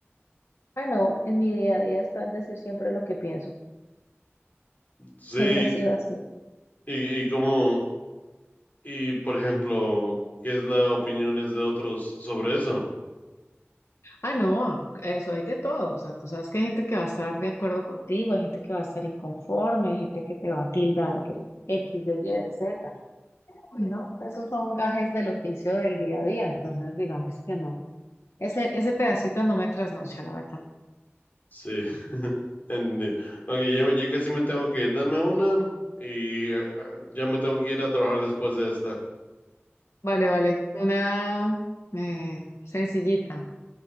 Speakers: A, on the left; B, on the left.
A: Ah, no, en mi día a día está el decir siempre lo que pienso.
B: Sí,
A: Siempre ha sido así.
B: y, y cómo, y por ejemplo, ¿qué es la opiniones de otros sobre eso?
A: Ah, no, eso hay de todo. O sea, tú sabes que hay gente que va a estar de acuerdo contigo, hay gente que va a estar inconforme, hay gente que te va a tildar de X, de Y, de Z. bueno esos son gajes del oficio del día a día, entonces digamos que no. Ese, ese pedacito no me trasnocha, la verdad.
B: Sí, <laughs> entendí. Ok, ya, ya casi me tengo que ir. Dame una y eh, ya me tengo que ir a trabajar después de esta.
A: Vale, vale. Una eh, sencillita.